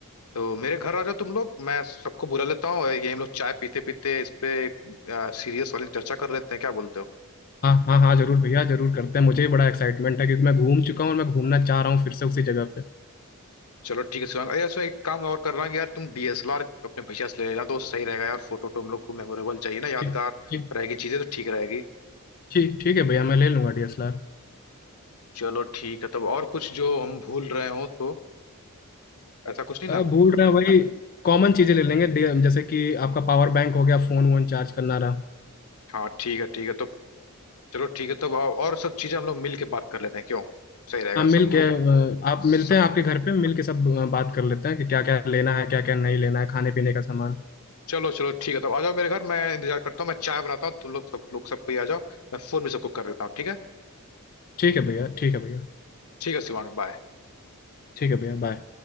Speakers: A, on the left (about 85°); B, on the left (about 40°).
A: तो मेरे घर आ जाओ तुम लोग मैं सबको बुला लेता हूँ और ये हम लोग चाय पीते पीते इस पे सीरियस वाली चर्चा कर लेते हैं क्या बोलते हो
B: हाँ हाँ हाँ जरूर भैया जरूर करते हैं मुझे भी बड़ा एक्साइटमेंट है क्योंकि मैं घूम चुका हूँ और मैं घूमना चाह रहा हूँ फिर से उसी जगह पे
A: चलो ठीक है शिवांग अरे इसमें एक काम और करना कि यार तुम डीएसएलआर अपने भैया से ले लेना तो सही रहेगा यार फोटो तो हम लोग को मेमोरेबल चाहिए ना यादगार
B: ठीक ठीक
A: रहेगी चीजें तो ठीक रहेगी
B: ठीक ठीक है भैया मैं ले लूंगा डीएसएलआर
A: चलो ठीक है तब और कुछ जो हम भूल रहे हो तो ऐसा कुछ नहीं ना
B: भूल रहे हैं वही कॉमन चीजें ले लेंगे डी- जैसे कि आपका पावर बैंक हो गया फोन वोन चार्ज करना रहा
A: हाँ ठीक है ठीक है तो चलो ठीक है तब और सब चीजें हम लोग मिल के बात कर लेते हैं क्यों सही रहेगा
B: हाँ मिल
A: सबको
B: के
A: लोग
B: अ, आप
A: सब
B: मिलते हैं आपके घर पे मिल के सब अ, बात कर लेते हैं कि क्या क्या लेना है क्या क्या नहीं लेना है खाने पीने का सामान
A: चलो चलो ठीक है तब आ जाओ मेरे घर मैं इंतजार करता हूँ मैं चाय बनाता हूँ तुम लोग सब लोग सब कोई आ जाओ मैं फोन भी सबको कर देता हूँ ठीक है
B: ठीक है भैया ठीक है भैया
A: ठीक है शिवांग बाय
B: ठीक है भैया बाय